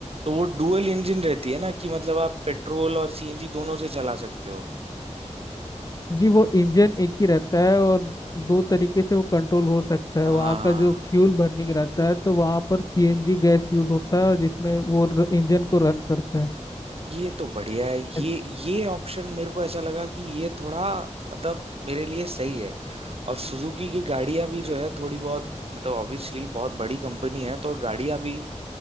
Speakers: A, on the right; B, on the left.
A: तो वो डुअल इंजन रहती है ना कि मतलब आप पेट्रोल और सीएनजी दोनों से चला सकते हो
B: जी वो इंजन एक ही रहता है और दो तरीके से वो कंट्रोल हो सकता है
A: हाँ
B: वहाँ का जो फ्यूल बर्निंग रहता है तो वहाँ पर सीएनजी गैस यूज होता है जिसमें वो इंजन को रन करता
A: ये तो बढ़िया है ये
B: है
A: ये ऑप्शन मेरे को ऐसा लगा कि ये थोड़ा मतलब मेरे लिए सही है और सुजुकी की गाड़ियां भी जो है थोड़ी बहुत मतलब ऑब्वियसली बहुत बड़ी कंपनी है तो गाड़ियां भी